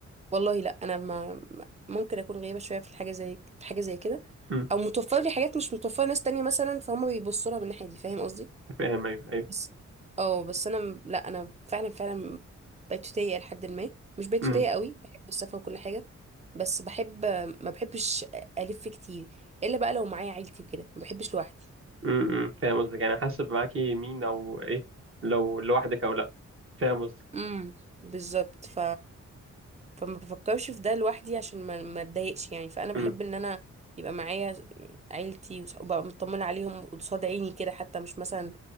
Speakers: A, on the right; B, on the right.
A: والله لا انا ما ما- ممكن اكون غريبه شويه في الحاجه زي في حاجه زي كده
B: أمم.
A: او متوفر لي حاجات مش متوفره ناس تانية مثلا فهم بيبصوا لها من الناحيه دي فاهم قصدي
B: فاهم ايوه
A: بس اه بس انا م- لا انا فعلا فعلا بيتوتيه لحد ما مش بيتوتيه
B: ايوه
A: قوي بحب السفر وكل حاجه بس بحب ما بحبش الف كتير الا بقى لو معايا عيلتي وكده ما بحبش لوحدي
B: امم امم. فاهم قصدك يعني حاسب معاكي مين او ايه لو لوحدك او لا فاهم قصدك
A: امم بالظبط ف فما بفكرش في ده لوحدي عشان ما ما اتضايقش يعني فانا بحب
B: امم
A: ان انا يبقى معايا عيلتي وص- وابقى مطمنه عليهم قصاد عيني كده حتى مش مثلا